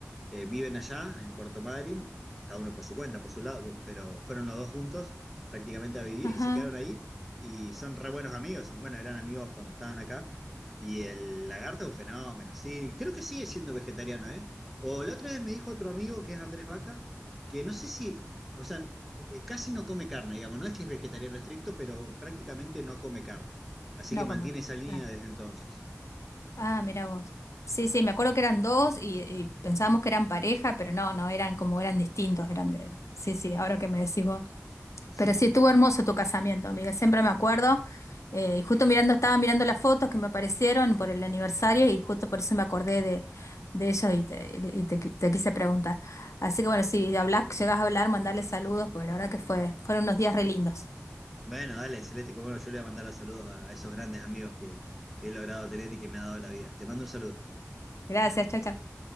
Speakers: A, in the centre; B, on the left.
A: eh, viven allá, en Puerto Madryn, cada uno por su cuenta, por su lado, pero fueron los dos juntos prácticamente a vivir
B: Ajá.
A: y se quedaron ahí y son re buenos amigos, son, bueno, eran amigos cuando estaban acá. Y el lagarto es un fenómeno, sí, creo que sigue siendo vegetariano, ¿eh? O la otra vez me dijo otro amigo que es Andrés Vaca, que no sé si, o sea, eh, casi no come carne, digamos, no es que es vegetariano estricto, pero prácticamente no come carne. Así que
B: No
A: mantiene
B: comen carne.
A: esa línea
B: claro.
A: desde entonces.
B: Ah, mira vos. Sí, sí, me acuerdo que eran dos y, y pensábamos que eran pareja, pero no, no, eran como eran distintos, eran de... Sí, sí, ahora que me decís vos.
A: <laughs>
B: Pero sí, estuvo hermoso tu casamiento, amiga, siempre me acuerdo. Eh, y justo mirando, estaba mirando las fotos que me aparecieron por el aniversario y justo por eso me acordé de, de ellos y, te, y te- te quise preguntar. Así que bueno, si hablas, llegas a hablar, mandarles saludos, porque la verdad que fue, fueron unos días re lindos.
A: Bueno, dale, Celeste, como no, yo le voy a mandar los saludos a a esos grandes amigos que he logrado tener y que me ha dado la vida. Te mando un saludo.
B: Gracias, chao, chao.